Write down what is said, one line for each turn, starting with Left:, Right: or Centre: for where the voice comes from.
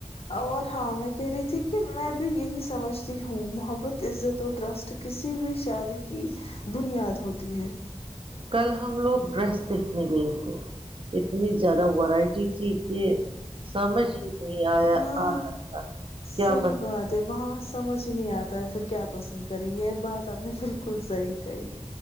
Left: اور ہاں میں کہہ رہی تھی کہ میں بھی یہی سمجھتی ہوں محبت عزت اور ٹرسٹ کسی بھی شادی کی بنیاد ہوتی ہے
Right: کل ہم لوگ ڈرس دیکھنے گئے تھے اتنی زیادہ ورائٹی تھی کہ سمجھ ہی نہیں آیا
Left: نہ
Right: آ رہا تھا کیا
Left: صحی
Right: بس
Left: بات ہے وہاں سمجھ نہیں آتا ہے پھر کیا پسند کری ہے بات آپ نے بالکل بالکل صحی کئی